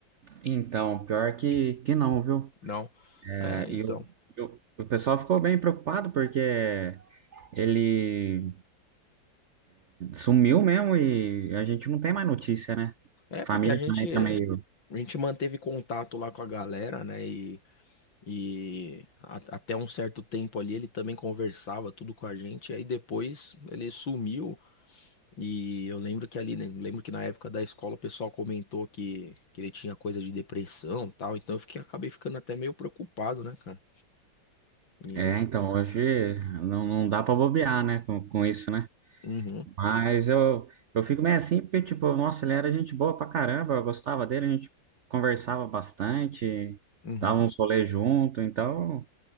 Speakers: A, on the right; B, on the left.
A: Então, pior que, que não, viu?
B: Não.
A: É,
B: É, então.
A: E o, e o, o pessoal ficou bem preocupado porque ele Sumiu mesmo e a gente não tem mais notícia, né?
B: É
A: Família
B: porque a gente
A: também tá meio.
B: a gente manteve contato lá com a galera, né? E, e a- até um certo tempo ali ele também conversava tudo com a gente. E aí depois ele sumiu. E eu lembro que ali, né? Lembro que na época da escola o pessoal comentou que, que ele tinha coisa de depressão e tal. Então eu fiquei, acabei ficando até meio preocupado, né, cara? E.
A: É, então, hoje não, não dá pra bobear, né, com, com isso, né?
B: Uhum,
A: Mas eu, eu fico meio assim, porque, tipo, nossa, ele era gente boa pra caramba, eu gostava dele, a gente conversava bastante,
B: uhum.
A: dava uns rolês junto, então.